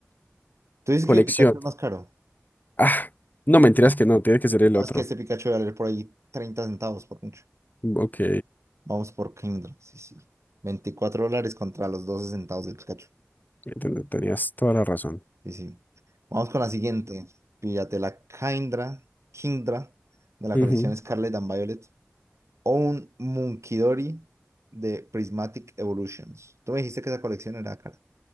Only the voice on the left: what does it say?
colección.
Ah, no, mentiras
que no, tiene que ser
el otro.
Ok,
ten- tenías toda la razón.
Ujú.